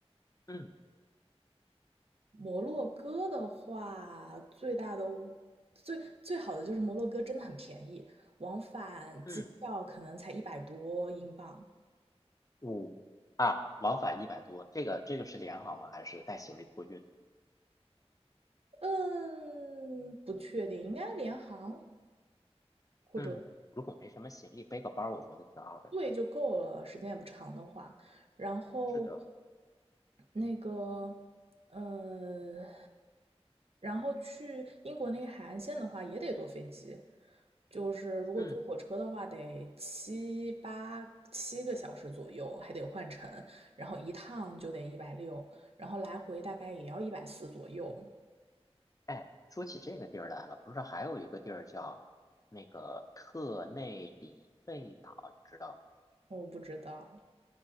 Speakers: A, on the left; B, on the right.
A: 嗯
B: 摩洛哥的话，最大的最最好的就是摩洛哥真的很便宜，往返机票可能才一百多英镑。
A: 嗯。五啊，往返一百多，这个这个是联航吗？还是带行李托运？
B: 嗯，不确定，应该联航或者。
A: 嗯，如果没什么行李，背个包儿我觉得挺好的。
B: 对就够了，时间也不长的话。然后
A: 是的，
B: 那个，嗯，然后去英国那个海岸线的话，也得坐飞机。就是如果坐火车的话，
A: 嗯，
B: 得七八七个小时左右，还得换乘，然后一趟就得一百六，然后来回大概也要一百四左右。
A: 哎，说起这个地儿来了，不是还有一个地儿叫那个特内里费岛，你知道吗？
B: 我不知道，